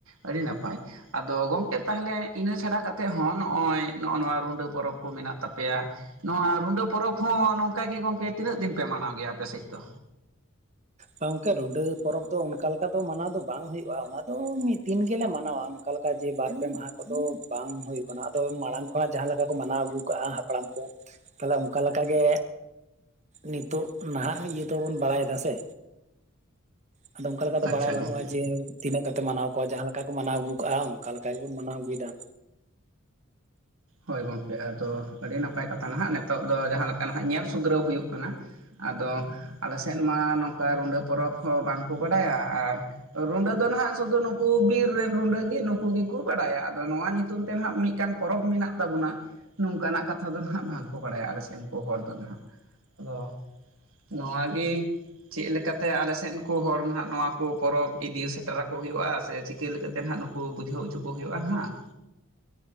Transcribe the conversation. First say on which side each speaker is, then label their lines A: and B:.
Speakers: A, on the right; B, on the right.
A: ᱟᱹᱰᱤ ᱱᱟᱯᱟᱭ। ᱟᱫᱚ ᱜᱚᱢᱠᱮ ᱛᱟᱦᱟᱞᱮ ᱤᱱᱟᱹ ᱪᱷᱟᱲᱟ ᱠᱟᱛᱮᱫ ᱦᱚᱸ ᱱᱚᱜᱼᱚᱭ ᱱᱚᱜᱼᱚ ᱱᱚᱣᱟ ᱨᱩᱰᱟᱹ ᱯᱚᱨᱚᱵᱽ ᱠᱚ ᱢᱮᱱᱟᱜ ᱛᱟᱯᱮᱭᱟ᱾ ᱱᱚᱣᱟ ᱨᱩᱰᱟᱹ ᱯᱚᱨᱚᱵᱽ ᱦᱚᱸ ᱱᱚᱝᱠᱟ ᱜᱮ ᱜᱚᱝᱠᱮ ᱛᱤᱱᱟᱹᱜ ᱫᱤᱱ ᱯᱮ ᱢᱟᱱᱟᱣ ᱜᱮᱭᱟ ᱟᱯᱮ ᱥᱮᱫ ᱫᱚ?
B: ᱜᱚᱝᱠᱮ ᱨᱩᱰᱟᱹ ᱯᱚᱨᱚᱵᱽ ᱫᱚ ᱚᱱᱠᱟ ᱞᱮᱠᱟ ᱫᱚ ᱢᱟᱱᱟᱣ ᱫᱚ ᱵᱟᱝ ᱦᱩᱭᱩᱜᱼᱟ ᱚᱱᱟ ᱫᱚ ᱢᱤᱫ ᱫᱤᱱ ᱜᱮᱞᱮ ᱢᱟᱱᱟᱣᱟ ᱚᱱᱠᱟ ᱼᱼ ᱞᱮᱠᱟ <inaudible> ᱚᱱᱠᱟ ᱡᱮ ᱵᱟᱨ ᱯᱮ ᱢᱟᱦᱟ ᱠᱚᱫᱚ ᱵᱟᱝ ᱦᱩᱭ ᱠᱟᱱᱟ ᱟᱫᱚ ᱢᱟᱲᱟᱝ ᱠᱷᱚᱱᱟᱜ ᱡᱟᱦᱟᱸ ᱞᱮᱠᱟ ᱠᱚ ᱢᱟᱱᱟᱣ ᱟᱹᱜᱩ ᱠᱟᱜᱼᱟ᱾ ᱦᱟᱯᱲᱟᱢ ᱠᱚ। ᱛᱟᱦᱟᱞᱮ ᱚᱱᱠᱟ ᱞᱮᱠᱟ ᱜᱮ ᱱᱤᱛᱚᱜ ᱱᱟᱦᱟᱸᱜ ᱤᱭᱟᱹ ᱫᱚᱵᱚᱱ ᱵᱟᱲᱟᱭ ᱮᱫᱟ ᱥᱮ? ᱟᱫᱚ ᱚᱱᱠᱟ ᱫᱚ
A: ᱟᱪᱪᱷᱟ
B: ᱵᱟᱲᱟᱭ
A: ᱜᱚᱝᱠᱮ
B: ᱵᱟᱹᱱᱩᱜᱼᱟ ᱡᱮ ᱼᱼ ᱛᱤᱱᱟᱹᱜ ᱠᱟᱛᱮ ᱢᱟᱱᱟᱣ ᱠᱚᱣᱟ ᱡᱟᱦᱟᱸ ᱞᱮᱠᱟ ᱠᱚ ᱢᱟᱱᱟᱣ ᱟᱹᱜᱩ ᱠᱟᱜᱼᱟ ᱚᱱᱠᱟ ᱞᱮᱠᱟ ᱜᱮᱵᱚᱱ ᱢᱟᱱᱟᱣ ᱟᱹᱜᱩᱭᱮᱫᱟ।
A: ᱦᱳᱭ ᱜᱚᱢᱠᱮ ᱟᱫᱚ ᱟᱹᱰᱤ ᱱᱟᱯᱟᱭ ᱠᱟᱛᱷᱟ ᱱᱟᱦᱟᱸᱜ ᱱᱤᱛᱚᱜ ᱫᱚ ᱡᱟᱦᱟᱸ ᱞᱮᱠᱟ ᱱᱟᱦᱟᱸᱜ ᱧᱮᱞ ᱥᱩᱫᱷᱨᱟᱹᱣ ᱦᱩᱭᱩᱜ ᱠᱟᱱᱟ᱾ ᱟᱫᱚ ᱟᱞᱮ ᱥᱮᱫ ᱢᱟ ᱱᱚᱝᱠᱟ ᱨᱩᱰᱟᱹ ᱯᱚᱨᱚᱵᱽ ᱦᱚᱸ ᱵᱟᱝᱠᱚ ᱵᱟᱰᱟᱭᱟ᱾ ᱟᱨ ᱼᱼ ᱨᱩᱸᱰᱟᱹ ᱫᱚ ᱱᱟᱦᱟᱸᱜ ᱥᱩᱫᱩ ᱱᱩᱠᱩ ᱵᱤᱨ ᱨᱮᱱ ᱨᱩᱰᱟᱹ ᱜᱮ ᱱᱩᱠᱩ ᱜᱮᱠᱚ ᱵᱟᱲᱟᱭᱟ᱾ ᱟᱫᱚ ᱱᱚᱣᱟ ᱧᱩᱛᱩᱢ ᱛᱮ ᱱᱟᱦᱟᱸᱜ ᱢᱤᱫᱴᱟᱝ ᱼᱼ ᱯᱚᱨᱚᱵᱽ ᱢᱮᱱᱟᱜ ᱼᱼ ᱛᱟᱵᱚᱱᱟ ᱱᱚᱝᱠᱟᱱᱟᱜ ᱠᱟᱛᱷᱟ ᱫᱚ ᱱᱟᱦᱟᱸᱜ ᱵᱟᱝᱠᱚ ᱵᱟᱲᱟᱭᱟ ᱟᱞᱮ ᱥᱮᱱ ᱠᱚ ᱦᱚᱲ ᱫᱚ ᱱᱟᱦᱟᱸᱜ᱾ ᱟᱫᱚ ᱼᱼ ᱱᱚᱣᱟ ᱜᱮ ᱼᱼ ᱪᱮᱫ ᱞᱮᱠᱟᱛᱮ ᱟᱞᱮ ᱥᱮᱫ ᱠᱚ ᱦᱚᱲ ᱱᱟᱦᱟᱸᱜ ᱱᱚᱣᱟ ᱠᱚ ᱯᱚᱨᱚᱵᱽ ᱤᱫᱤ ᱥᱮᱴᱮᱨᱟᱠᱚ ᱦᱩᱭᱩᱜᱼᱟ? ᱥᱮ ᱪᱤᱠᱟᱹ ᱞᱮᱠᱟ ᱛᱮ ᱱᱟᱦᱟᱸᱜ ᱼᱼ ᱱᱩᱠᱩ <inaudible> ᱠᱚ ᱵᱩᱡᱷᱟᱹᱣ ᱦᱚᱪᱚ ᱠᱚ ᱦᱩᱭᱩᱜᱼᱟ ᱦᱟᱸᱜ।